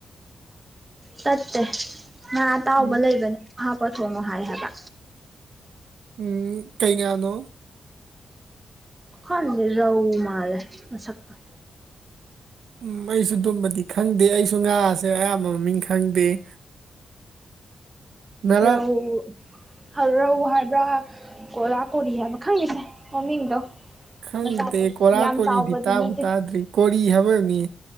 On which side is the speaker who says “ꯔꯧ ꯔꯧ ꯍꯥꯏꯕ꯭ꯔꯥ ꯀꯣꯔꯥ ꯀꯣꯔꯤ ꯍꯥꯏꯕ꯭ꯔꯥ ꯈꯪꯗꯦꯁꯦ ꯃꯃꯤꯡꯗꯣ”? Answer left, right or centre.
Right